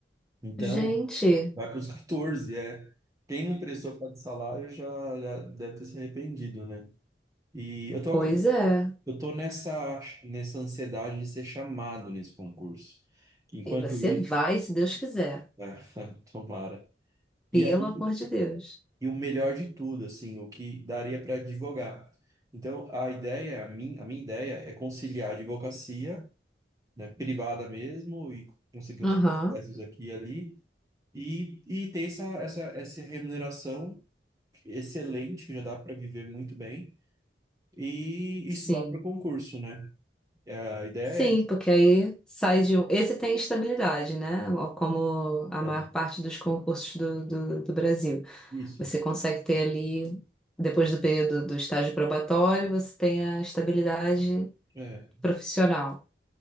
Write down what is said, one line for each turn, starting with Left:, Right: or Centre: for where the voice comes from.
Right: Então.
Centre: Gente,
Right: Vai para os <laughs> 14, é. Quem não prestou por causa do salário já, já deve ter se arrependido, né? E eu tô,
Centre: pois
Right: agora-
Centre: é.
Right: eu tô nessa, nessa ansiedade de ser chamado nesse concurso. Enquanto
Centre: E você
Right: isso,
Centre: vai, se Deus quiser.
Right: <laughs> é, tomara.
Centre: Pelo
Right: E aí,
Centre: amor de Deus.
Right: e o melhor de tudo, assim, o que daria para advogar. Então, a ideia, a minha, a minha ideia é conciliar a advocacia, né, privada mesmo, e conseguir
Centre: Aham,
Right: uns processos aqui e ali, e, e ter essa, essa, essa remuneração excelente, já dá para viver muito bem e
Centre: sim.
Right: estudar para concurso, né? A ideia
Centre: Sim,
Right: é, essa,
Centre: porque aí sai de um. Esse tem estabilidade, né? Como a
Right: é
Centre: maior parte dos concursos do, do do Brasil.
Right: isso.
Centre: Você consegue ter ali, depois do período do estágio probatório, você tem a estabilidade
Right: É.
Centre: profissional.